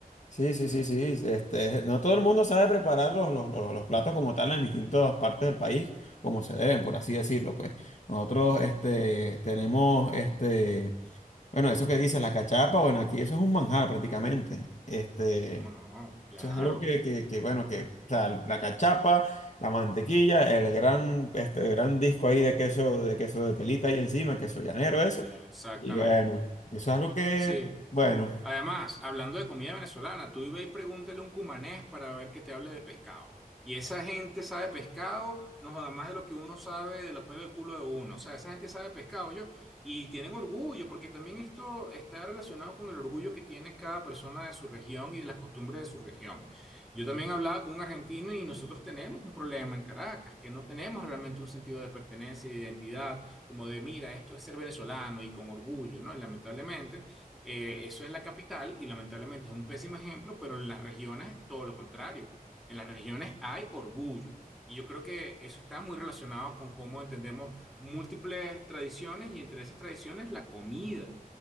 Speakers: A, on the left; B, in the centre.
A: Sí, sí, sí, sí. Este, no todo el mundo sabe preparar los, los, los- los platos como tal en distintas partes del país, como se deben, por así decirlo, pues. Nosotros, este, tenemos, este, bueno, eso que dices, la cachapa, bueno, aquí eso es un manjar prácticamente. Este,
B: ¿Cómo no?
A: eso
B: Claro,
A: es algo que, que, que, bueno, que, o sea, la cachapa, la mantequilla, el gran, este, gran disco ahí de queso, de queso de telita ahí encima, queso llanero, eso.
B: eh, exactamente.
A: Y bueno, eso es algo que,
B: Sí,
A: bueno.
B: Además, hablando de comida venezolana, tú ve y pregúntale a un cumanés para ver que te hable de pescado. Y esa gente sabe pescado, no joda más de lo que uno sabe de los pelos del culo de uno. O sea, esa gente sabe pescado, yo. Y tienen orgullo, porque también esto está relacionado con el orgullo que tiene cada persona de su región y de las costumbres de su región. Yo también hablaba con un argentino y nosotros tenemos un problema en Caracas, que no tenemos realmente un sentido de pertenencia y de identidad, como de, mira, esto es ser venezolano y con orgullo, ¿no? Lamentablemente. Eh, eso es la capital y lamentablemente es un pésimo ejemplo, pero en las regiones todo lo contrario. En las regiones hay orgullo. Y yo creo que eso está muy relacionado con cómo entendemos múltiples tradiciones y entre esas tradiciones la comida.